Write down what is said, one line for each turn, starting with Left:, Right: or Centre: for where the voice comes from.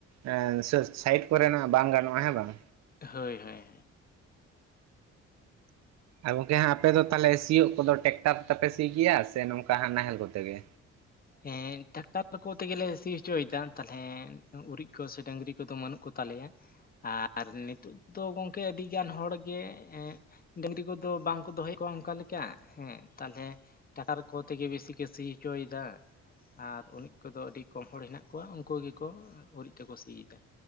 Right: ᱮ ᱥᱟ. ᱥᱟᱭᱤᱴ ᱠᱚᱨᱮᱱᱟᱜ ᱵᱟᱝ ᱜᱟᱱᱚᱜᱼᱟ ᱦᱮᱸ ᱵᱟᱝ
Left: ᱦᱳᱭ ᱦᱳᱭ
Right: ᱟᱨ ᱜᱚᱝᱠᱮ ᱦᱟᱜ ᱟᱯᱮ ᱫᱚ ᱛᱟᱦᱚᱞᱮ ᱥᱤᱭᱳᱜ ᱠᱚᱫᱚ ᱴᱮᱠᱴᱟᱨ ᱛᱮᱯᱮ ᱥᱤᱭ ᱜᱮᱭᱟ ᱥᱮ ᱱᱚᱝᱠᱟᱜ ᱱᱟᱦᱮᱞ ᱠᱚᱛᱮ ᱜᱮ
Left: ᱮᱸ ᱴᱟᱠᱴᱟᱨ ᱠᱚ ᱛᱮᱜᱮᱞᱮ ᱥᱤ ᱦᱚᱪᱚᱭ ᱫᱟ ᱛᱟᱞᱦᱮ ᱩᱨᱤᱡ ᱠᱚ ᱥᱮ ᱰᱟᱹᱝᱨᱤ ᱠᱚᱫᱚ ᱵᱟᱹᱱᱩᱜ ᱠᱚ ᱛᱟᱞᱮᱭᱟ ᱟᱨ ᱱᱤᱛᱚᱜ ᱫᱚ ᱜᱚᱢᱠᱮ ᱟᱹᱰᱤᱜᱟᱱ ᱦᱚᱲ ᱜᱮ ᱰᱟᱹᱝᱨᱤ ᱠᱚᱫᱚ ᱵᱟᱝᱠᱚ ᱫᱚᱦᱚᱭᱮᱫ ᱠᱚᱣᱟ ᱚᱱᱠᱟ ᱞᱮᱠᱟ ᱦᱮᱸ ᱛᱟᱞᱦᱮ ᱴᱟᱠᱟᱨ ᱠᱚ ᱛᱮᱜᱮ ᱵᱮᱥᱤ ᱠᱚ ᱥᱤ ᱪᱚᱭᱫᱟ ᱟᱨ ᱩᱨᱤᱡ ᱠᱚᱫᱚ ᱟᱹᱰᱤ ᱠᱚᱢ ᱦᱚᱲ ᱦᱮᱱᱟᱜ ᱠᱚᱣᱟ ᱩᱱᱠᱩ ᱜᱮ ᱠᱚ ᱩᱨᱤᱡ ᱛᱮᱠᱚ ᱥᱤᱫᱟ